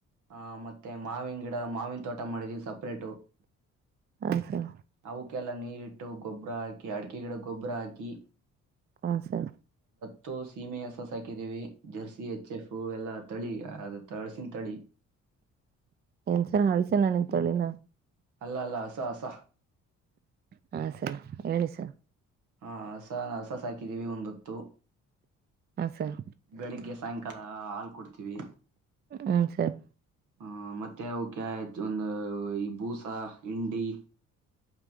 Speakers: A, on the right (about 80°); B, on the right (about 35°).
A: ಹ ಮತ್ತೆ ಮಾವಿನ ಗಿಡ ಮಾವಿನ. ್ ತೋಟ ಮಾಡಿದೀವಿ ಸಪ್ರೇಟು.
B: ಹಾ ಸರ್
A: ಅವುಕ್ಕೆಲ್ಲ ನೀರಿಟ್ಟು ಗೊಬ್ರ ಹಾಕಿ ಅಡಿಕೆ ಗಿಡ್ಕ್ ಗೊಬ್ರ ಹಾಕಿ
B: ಹ್ಮ್ ಸರ್.
A: ತ್ತು ಸೀಮೆ ಹಸ ಸಾಕಿದೀವಿ ಜರ್ಸಿ ಎಚ್ ಎಫ್ ಎಲ್ಲಾ ತಳಿ ಅದು ತಳ್ಸಿನ್ತಳಿ
B: ಏನ್ಸರ್ ಹಳ್ಸನನ್ನಿನ್ ತಳಿನ.
A: ಅಲ್ಲಲ್ಲ ಹಸ ಹಸ
B: ಹಾ ಸರ್ ಹೇಳಿಿಸರ್.
A: ಹಾ ಹಸ ನಾ ಹಸಸಾಕಿದಿವಿ ಒಂದೊತ್ತು.
B: ಹಾ ಸರ್
A: ಬೆಳಿಗ್ಗೆ ಸಾಯಂಕ್ ಲ್ಲ ಹಾಲ್ ಕೊಡ್ತೀವಿ.
B: ಹ್ಮ್ ಸರ್
A: ಹ್ಮ್ ಮತ್ತೆ ಅವ್ ಒಂದ್ ಈ ಬೂಸ ಇಂಡಿ